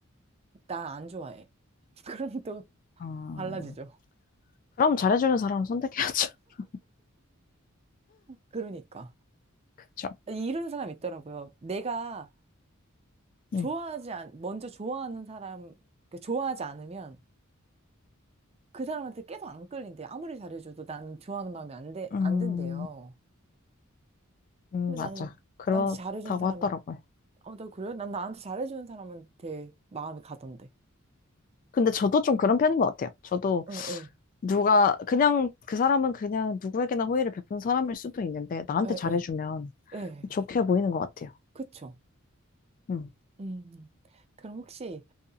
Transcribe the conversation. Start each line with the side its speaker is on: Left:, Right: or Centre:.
Right: 나 안 좋아해. <laughs> 그럼 또
Left: 아,
Right: 달라지죠.
Left: 그럼 잘해주는 사람 선택해야죠. <laughs>
Right: 그러니까.
Left: 그쵸?
Right: 이런 사람 있더라고요. 내가
Left: 네.
Right: 좋아하지 않, 먼저 좋아하는 사람, 그 좋아하지 않으면 그 사람한테 계속 안 끌린대요. 아무리 잘해줘도 나는 좋아하는 마음이 안 돼,
Left: 음,
Right: 안 든대요.
Left: 음,
Right: 근데
Left: 맞아.
Right: 나는
Left: 그렇다고
Right: 나한테 잘해준 사람은,
Left: 하더라고요.
Right: 어, 나 그래요? 난 나한테 잘해주는 사람한테 마음이 가던데.
Left: 근데 저도 좀 그런 편인 것 같아요. 저도
Right: 어, 예,
Left: 누가, 그냥, 그 사람은 그냥 누구에게나 호의를 베푼 사람일 수도 있는데, 나한테
Right: 예,
Left: 잘해주면
Right: 예, 예.
Left: 좋게 보이는 것 같아요.
Right: 그쵸.
Left: 음.
Right: 음. 음. 그럼 혹시,